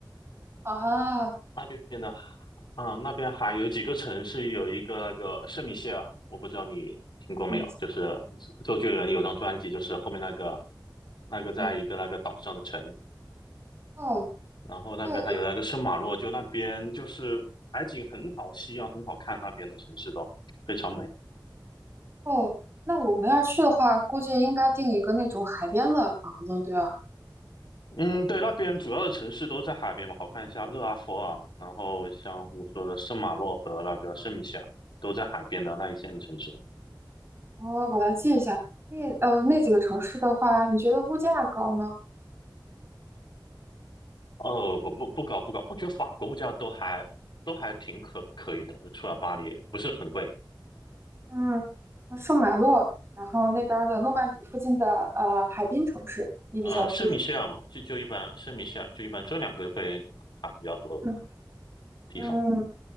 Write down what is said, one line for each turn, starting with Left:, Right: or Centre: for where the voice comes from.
Right: 啊，
Left: 那边呢，啊，那边还有几个城市，有一个那个圣米歇尔，我不知道你听过没有，
Right: 嗯。
Left: 就是周周杰伦有张专辑，就是后面那个那个在一个那个岛上的城，
Right: 嗯哦，
Left: 然后那边还有那个圣马洛，
Right: 这以
Left: 就那边就是海景很好，夕阳很好看，那边的城市都非常美。
Right: 后，那我们要去的话，估计应该订一个那种海边的房子，对吧？
Left: 嗯，对，那边主要的城市都在海边嘛，好看一下勒阿弗尔，然后像我说的圣马洛和那个圣米歇尔都在海边的那一线的城市。
Right: 我我来记一下，那呃那几个城市的话，你觉得物价高吗？
Left: 哦，不不不搞不搞，我觉得法国物价都还都还挺可可以的，就除了巴黎不是很贵。
Right: 嗯，圣马洛，然后那边儿的诺曼底附近的呃海滨城市，你比较推荐？
Left: 嗯，圣米歇尔嘛，就就一般，圣米歇尔就一般这两个会打卡比较多的
Right: 嗯
Left: 地方。
Right: 嗯，